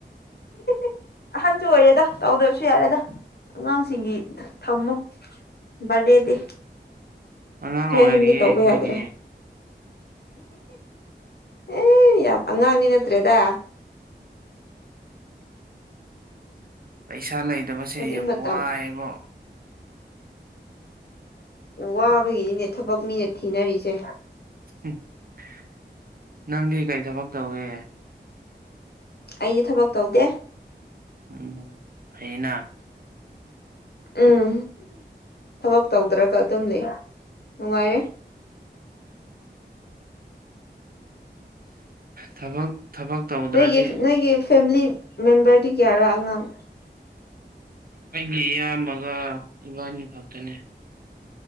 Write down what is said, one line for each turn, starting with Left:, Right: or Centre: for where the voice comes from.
Left: ꯑꯦ ꯑꯍꯟꯖꯨ ꯑꯣꯏꯔꯦꯗ ꯇꯧꯗꯕꯁꯨ ꯌꯥꯔꯦꯗ ꯑꯉꯥꯡꯁꯤꯡꯒꯤ ꯊꯝꯃꯨ ꯕꯔꯗꯦꯗꯤ
Right: ꯑꯉꯥꯡ
Left: ꯈꯣꯏ
Right: ꯑꯣꯏꯔꯤꯌꯦ
Left: ꯑꯍꯟꯗꯤ ꯇꯧꯕ
Right: ꯑꯩꯈꯣꯏꯗꯤ
Left: ꯌꯥꯗ꯭ꯔꯦ ꯑꯦ ꯌꯥꯝ ꯑꯉꯥꯡꯗꯤ ꯅꯠꯇ꯭ꯔꯦꯗ
Right: ꯄꯩꯁꯥ ꯂꯩꯇꯕꯁꯦ
Left: ꯍꯧꯖꯤꯛ
Right: ꯌꯥꯝ
Left: ꯃꯇꯝ
Right: ꯋꯥꯏꯑꯕ
Left: ꯑꯣ ꯋꯥꯕꯒꯤꯅꯤꯅꯦ ꯊꯕꯛ ꯃꯤꯅꯦ ꯊꯤꯅꯔꯤꯁꯦ
Right: ꯎ ꯅꯪꯗꯤ ꯀꯩ ꯊꯕꯛ ꯇꯧꯋꯦ
Left: ꯑꯩꯗꯤ ꯊꯕꯛ ꯇꯧꯗꯦ
Right: ꯎꯝ ꯐꯩꯌꯦꯅ
Left: ꯎꯝ ꯊꯕꯛ ꯇꯧꯗ꯭ꯔꯒ ꯑꯗꯨꯝ ꯂꯩ ꯅꯨꯡꯉꯥꯏꯔꯦ
Right: ꯊꯕꯛ ꯊꯕꯛ ꯇꯧꯗ꯭ꯔꯗꯤ
Left: ꯅꯣꯏꯒꯤ ꯅꯣꯏꯒꯤ ꯐꯦꯃꯤꯂꯤ ꯃꯦꯝꯕꯔꯗꯤ ꯀꯌꯥꯔꯥ ꯑꯉꯥꯡ
Right: ꯑꯩꯒꯤ ꯏꯌꯥꯝꯕꯒ ꯏꯕꯥꯅꯤ ꯈꯛꯇꯅꯦ